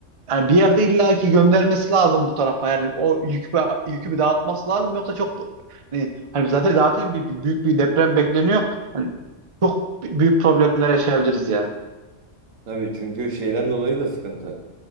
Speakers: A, on the right; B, on the right.
A: yani bir yerde illaki göndermesi lazım bu tarafa. Yani o yükü, yükü bir dağıtması lazım. Yoksa çok hani, hani zaten zaten bir, bir- büyük bir deprem bekleniyor. Hani çok büyük problemler yaşayabiliriz ya.
B: Tabii çünkü şeyden dolayı da sıkıntı.